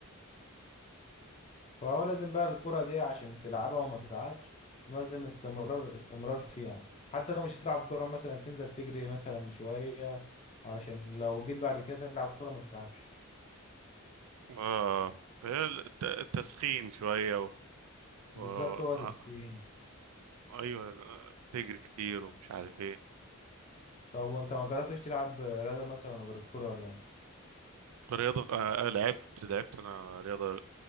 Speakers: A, on the left; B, on the right.
A: فهو لازم بقى الكرة دي عشان تلعبها وما تتعبش لازم استمرار استمرار فيها حتى لو مش هتلعب كورة مثلا تنزل تجري مثلا شوية علشان لو جيت بعد كده تلعب كورة ما تتعبش
B: اه هي الت- التسخين شوية و... و...
A: بالظبط هو
B: آه،
A: تسخين
B: ايوه آه، تجري كتير ومش عارف ايه
A: طب وانت ما جربتش تلعب رياضة مثلا غير الكورة ولا ايه؟
B: رياضة آه، آه، لعبت لعبت أنا رياضة آه،